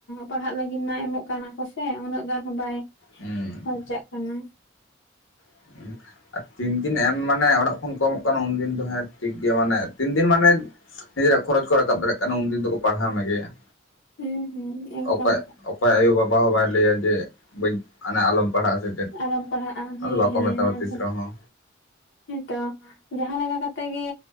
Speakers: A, on the left; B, on the left.
A: ᱯᱟᱲᱦᱟᱜ ᱞᱟᱹᱜᱤᱫ ᱢᱟᱭ ᱮᱢᱚᱜ ᱠᱟᱱᱟ ᱠᱚᱥ ᱩᱱᱟᱹᱜ ᱜᱟᱱ ᱦᱚᱸ ᱵᱟᱭ
B: ᱦᱩᱸ
A: ᱠᱷᱚᱨᱪᱟᱜ ᱠᱟᱱᱟ
B: <unintelligible> ᱛᱤᱱ ᱫᱤᱱ ᱮᱢ ᱢᱟᱱᱮ ᱚᱲᱟᱜ ᱠᱷᱚᱱ ᱠᱚᱢᱚᱜ ᱠᱟᱱᱟ ᱩᱱᱫᱤᱱ ᱫᱚ ᱦᱮᱸ ᱴᱷᱤᱠ ᱜᱮᱭᱟ ᱢᱟᱱᱮ ᱛᱤᱱ ᱫᱤᱱ ᱢᱟᱱᱮ ᱱᱤᱡᱮᱨᱟᱜ ᱠᱷᱚᱨᱚ ᱠᱚ ᱨᱟᱠᱟᱵ ᱫᱟᱲᱮᱭᱟᱜ ᱠᱟᱱᱟ ᱩᱱᱫᱤᱱ ᱫᱚᱠᱚ ᱯᱟᱲᱦᱟᱣ ᱢᱮᱜᱮᱭᱟ
A: ᱦᱩᱸ ᱦᱩᱸ ᱮᱠᱫᱚᱢ
B: ᱚᱠᱚᱭ ᱚᱠᱚᱭ ᱟᱭᱳᱼᱵᱟᱵᱟ ᱦᱚᱸ ᱵᱟᱭ ᱞᱟᱹᱭᱟ ᱡᱮ ᱵᱟᱹᱧ ᱢᱟᱱᱮ ᱟᱞᱚᱢ ᱯᱟᱲᱦᱟᱜᱼᱟ ᱥᱮ ᱪᱮᱫ
A: ᱟᱞᱚᱢ ᱯᱟᱲᱦᱟᱜᱼᱟ
B: ᱚᱱᱟᱫᱚ
A: ᱦᱮᱸ
B: ᱵᱟᱠᱚ
A: ᱦᱮᱸ
B: ᱢᱮᱛᱟᱢᱟ
A: ᱚᱱᱟ
B: ᱛᱤᱥ ᱨᱮᱦᱚᱸ
A: ᱦᱮᱸᱛᱚ ᱡᱟᱦᱟᱸᱞᱮ ᱞᱮᱠᱟ ᱠᱟᱛᱮ ᱜᱮ